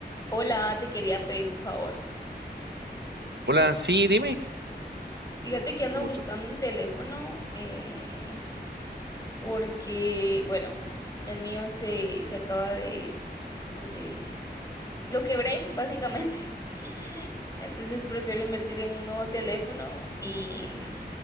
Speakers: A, on the left; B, on the right.
A: Hola, te quería pedir un favor.
B: Hola, sí, dime.
A: Fíjate que ando
B: Con gusto.
A: buscando un teléfono eh, porque, bueno, el mío se, se acaba de, de... de- Lo quebré, básicamente. <laughs> Entonces prefiero invertir en un nuevo teléfono y...